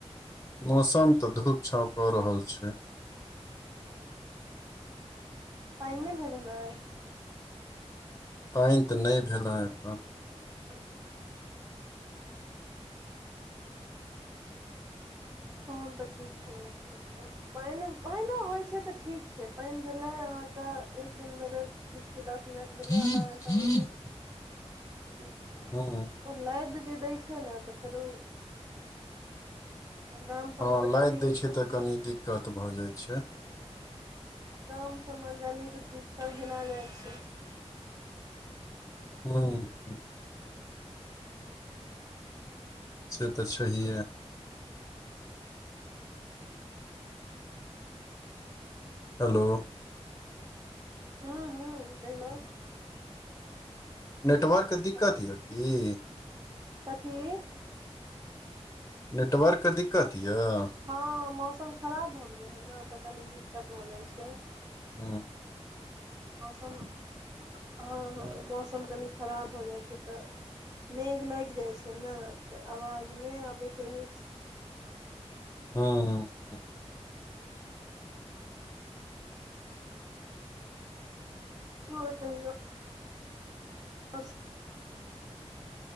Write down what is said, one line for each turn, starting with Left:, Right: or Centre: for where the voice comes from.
Left: मौसम तऽ धूप छाव कऽ रहल छै
Right: अच्छा पइन नहि भेलै नैय।
Left: पाइन त नै भेल हँ अखन।
Right: अच्छा। तहन त ठीक छलों सब। पाइन पाइनो होइ छैय त ठीक छैय पाइन भेलै अहाँके एक दिन भेलै ठीक छैय दस मिनट भेलै
Left: एखन
Right: आधा घण्टा भेलै ठीक छैय।
Left: हँ।
Right: पर लाइद जे दै छैय ने त फेरो गाम सबमे
Left: हँ
Right: तऽ
Left: लाइद
Right: गली
Left: दय छैय
Right: कुची
Left: त कनी दिक्कत भऽ जाय छैय।
Right: गाम सबमे गली कुची सब घिना जाय छैय।
Left: हूँ। से त छैहे। हेलो।
Right: हँ- हँ कहियौ।
Left: नेटवर्कके दिक्कत
Right: हेलो
Left: यऽ की।
Right: कथी।
Left: नेटवर्कके दिक्कत यऽ।
Right: हँ मौसम खराब भ गेलै हन ने त कनी दिक्कत भ जाय छैय।
Left: हँ।
Right: मौसम हँ मौसम कनि खराब भ जाय छैय त मेघ लाइग जाइ छैय ने त आवाज नै आबैत रहै छैय।
Left: हु-हु।
Right: और कहियौ। और सब